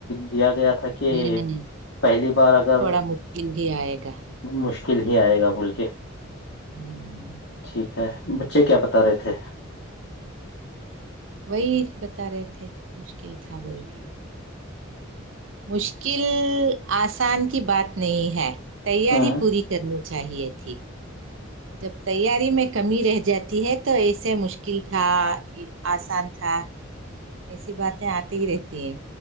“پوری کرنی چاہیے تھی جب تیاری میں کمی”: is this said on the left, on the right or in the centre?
Right